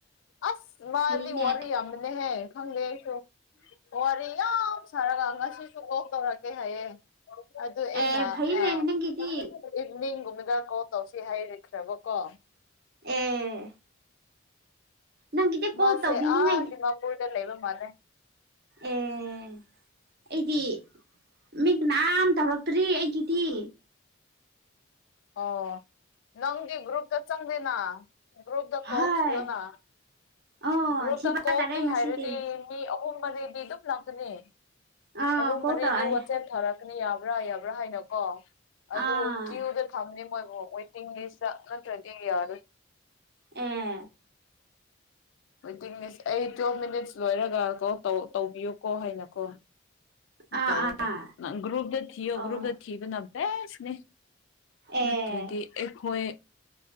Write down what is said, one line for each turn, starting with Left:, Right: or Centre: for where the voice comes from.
Left: ꯑꯁ ꯃꯥꯗꯤ
Right: ꯐꯩꯅꯦ
Left: ꯋꯥꯔꯤ ꯌꯥꯝꯕꯅ‌ꯦꯍꯦ ꯈꯪꯗꯦ ꯑꯩꯁꯨ ꯋꯥꯔꯤ ꯌꯥꯝ ꯁꯧꯔꯒ ꯉꯁꯤꯁꯨ ꯀꯣꯜ ꯇꯧꯔꯛꯀ‌ꯦ ꯍꯥꯏꯌꯦ ꯑꯗꯨ ꯑꯩꯅ
Right: ꯑꯦ ꯐꯩꯅꯦ
Left: ꯑꯥ
Right: ꯅꯪꯒꯤꯗꯤ
Left: ꯏꯕꯤ ꯅꯤꯡ ꯒꯨꯝꯕ ꯀꯣꯜ ꯇꯧꯁꯤ ꯍꯥꯏꯔꯈ꯭ꯔꯕ ꯀꯣ
Right: ꯑꯦ ꯅꯪꯒꯤꯗꯤ ꯀꯣꯜ
Left: ꯃꯥꯁꯦ
Right: ꯇꯧꯕꯤꯅꯤꯡꯉꯥꯏ
Left: ꯑꯥ ꯗꯤꯃꯥꯄꯨꯔꯗ ꯂꯩꯕ ꯃꯥꯜꯂ‌ꯦ
Right: ꯎꯝ ꯑꯩꯗꯤ ꯃꯤ ꯀꯅꯥꯝ ꯇꯧꯔꯛꯇ꯭ꯔꯤ ꯑꯩꯒꯤꯗꯤ
Left: ꯑꯣ ꯅꯪꯗꯤ ꯒꯔꯞꯇ ꯆꯪꯗ‌ꯦꯅꯥ ꯒ꯭ꯔꯨꯨꯞ ꯗ ꯀꯣꯠ
Right: ꯍꯣꯏ
Left: ꯊꯤꯌꯣꯅꯥ
Right: ꯑꯣ
Left: ꯒ꯭ꯔꯨꯞꯇ
Right: ꯊꯤꯕ
Left: ꯀꯣꯜ
Right: ꯇꯥꯔꯦ
Left: ꯃꯤ
Right: ꯉꯁꯤꯗꯤ
Left: ꯍꯥꯏꯔꯗꯤ ꯃꯤ ꯑꯍꯨꯝ ꯃꯔꯤꯗꯤ ꯑꯗꯨꯝ ꯂꯥꯛꯀꯅꯤ
Right: ꯑꯥ
Left: ꯑꯍꯨꯝ
Right: ꯀꯣꯜ
Left: ꯃꯔꯤꯗ
Right: ꯇꯧꯔꯛꯑꯦ
Left: ꯋꯥꯆꯦꯞ ꯊꯥꯔꯛꯒ ꯑꯩꯅ ꯌꯥꯕ꯭ꯔꯥ ꯌꯥꯕ꯭ꯔꯥ ꯍꯥꯏꯅꯀꯣ ꯑꯗꯨ
Right: ꯑꯥ
Left: ꯀ꯭ꯌꯨꯗ ꯊꯝꯅꯦ ꯃꯣꯏꯕꯨ ꯇꯤꯝ ꯂꯤꯁꯇꯥ ꯅꯠꯇꯔꯗꯤ ꯌꯥꯔꯣꯏ
Right: ꯑꯦ
Left: ꯋꯦꯇꯤꯡ ꯂꯤꯁ ꯑꯩ ꯇꯨꯋꯦꯜꯞ ꯃꯤꯅꯤꯠꯁ ꯂꯣꯏꯔꯒ ꯀꯣꯜ ꯇꯧꯕꯤꯌꯨꯀꯣ ꯍꯥꯏꯅꯀꯣ
Right: ꯑꯥ
Left: ꯇꯧꯒꯗꯝꯅꯤ
Right: ꯑꯥ
Left: ꯅꯪ ꯒ꯭ꯔꯨꯞꯇ ꯊꯤꯌꫭ
Right: ꯑꯣ
Left: ꯒ꯭ꯔꯨꯞꯇ ꯊꯤꯕꯅꯥ ꯕꯁꯅꯤ
Right: ꯑꯦ
Left: ꯅꯠꯇ꯭ꯔꯗꯤ ꯑꯩꯈꯣꯏ